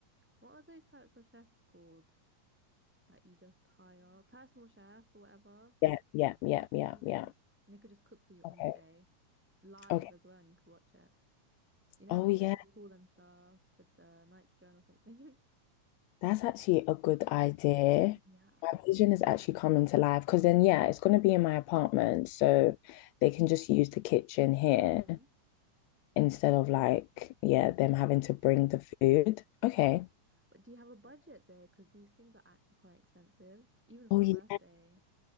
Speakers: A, in the centre; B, on the left.
A: what are those types of chefs called? that you just hire personal chefs or whatever,
B: Yeah, yeah, yeah, yeah,
A: you know,
B: yeah.
A: and they could just cook for you on
B: Okay,
A: the day live
B: okay.
A: as well, and you could watch it. You know
B: Oh
A: how they make
B: yeah,
A: it all cool and stuff with the nitrogen or something?
B: that's actually a good idea.
A: <laughs> Yeah.
B: My vision is actually coming to life because then yeah, it's gonna be in my apartment, so they can just use the kitchen here
A: hmm
B: instead of like, yeah, them having to bring the food. Okay.
A: But do you have a budget there? Because these things are actually quite expensive, even for
B: Oh yeah,
A: a birthday.